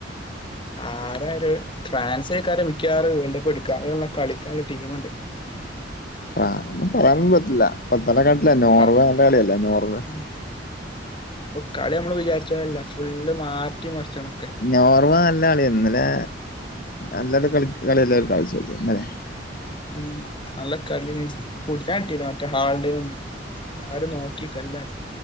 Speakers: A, on the left (about 25°); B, on the left (about 50°).
A: <unintelligible> ഫ്രാൻസായ്‌ക്കാരം മിക്കാറൂം വീണ്ടിപ്പെടുക്കാനും അയ് കളിക്കാനുള്ള ടീമ്ണ്ട്
B: അതൊന്നും പറയാൻന്നും പറ്റില്ല പ്പത്തന്നെ കണ്ടില്ലേ നോർവേ
A: ആ
B: നല്ല കളിയല്ലേ നോർവേ
A: ഉം ഇപ്പൊ കളി നമ്മള് വിചാരിച്ചപോലെയല്ല ഫുള്ള് മാറ്റി മറിച്ചൊണെക്കെ
B: നോർവേ നല്ല കളിയാര്ന്ന് ഇന്നലെ അല്ലാതെ കളി കളിയല്ലേഓര് കളിച്ച് വെച്ച ഇന്നലെ
A: ഉം നല്ല കളി <unintelligible> മറ്റേ ഹാൾഡ് ആരു നോക്കി കല്ലാൻ